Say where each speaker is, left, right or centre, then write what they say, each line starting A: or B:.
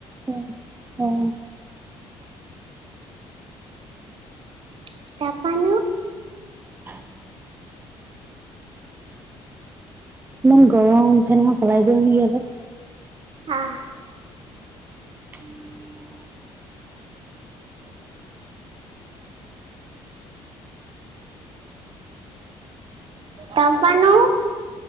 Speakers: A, on the right; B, on the right.
A: উম। অ'।
B: <inaudible>
A: <unintelligible> ইমান গৰম ফেনমান চলাই দিওঁ নেকি অলপ।
B: আহ।
A: <unintelligible>
B: তাৰ পা ন